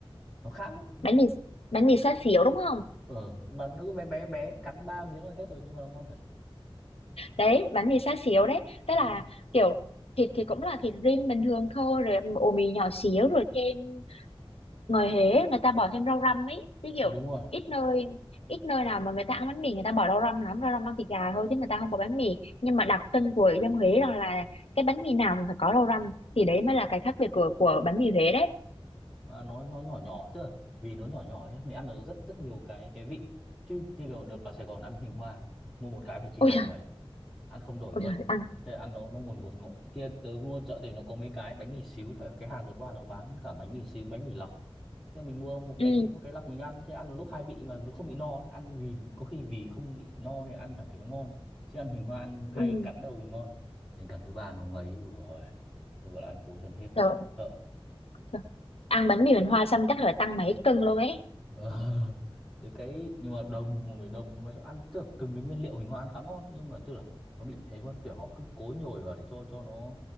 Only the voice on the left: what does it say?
bánh mì bánh mì xá xíu đúng không
đấy bánh mì xá xíu đấy tức
là kiểu thịt thì cũng là thịt rim bình thường thôi rồi ổ mì nhỏ xíu rồi thêm ngồi hế người ta bỏ thêm rau răm ấy chứ kiểu
ít nơi ít nơi nào mà người ta ăn bánh mì người ta bỏ rau răm lắm rau răm ăn thịt gà thôi chứ người ta không bỏ bánh mì nhưng mà đặc trưng của dân Huế đó là cái bánh mì nào cũng phải có rau răm thì đấy mới là cái khác biệt của của bánh mì Huế đấy
ôi
trời
ôi
trời ăn
ừ
ừ
trời,
trời. ăn bánh mì Huỳnh Hoa xong chắc là tăng mấy cân luôn ấy